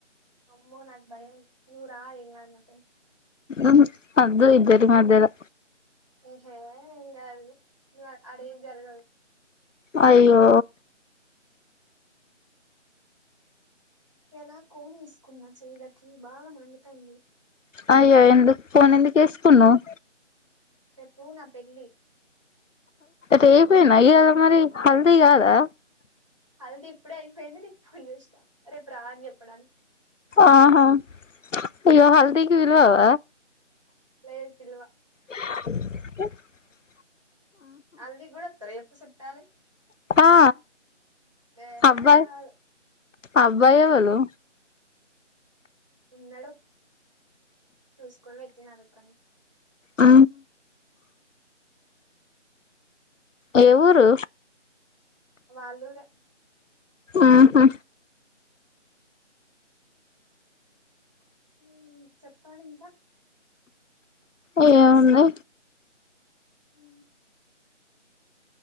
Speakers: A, on the right; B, on the left.
A: అమ్మో నాకు భయం నువ్వు రా ఏం కాదు నాతోటి
B: ఆహా వొద్దు ఇద్దరి మధ్యలో
A: ఏహే ఏం కాదు అడ ఏం జరగదు
B: అయ్యో
A: ఎలా కోనేసుకున్నా చేయిలకి బాగా మండుతంది
B: అయ్యో ఎందుకు కానీ ఎందుకు వేస్కున్నావ్
A: రేపు నా పెళ్లి
B: రేపేనా ఈయల మరి హల్ది కాదా
A: హల్ది ఇప్పుడే అయిపోయింది నీకు ఫోన్ చేసినా రేపు రా అని చెప్పడానికి
B: ఆహా అయో హల్దికి పిలవవ
A: లేదు పిల్వ
B: <unintelligible>
A: హాల్దీకి కూడా వస్తారా చుట్టాలు
B: ఆ
A: ఏహే
B: అబ్బాయి
A: రారు
B: అబ్బాయి వొళ్లు
A: ఉన్నాడు చూసుకొని పెట్టినడుక్కను
B: ఆ ఏ ఊరు
A: వాళ్ళారే
B: ఆహా
A: హ్మ్ చెప్పాలి ఇంకా
B: ఏ ఉంది
A: ఉమ్,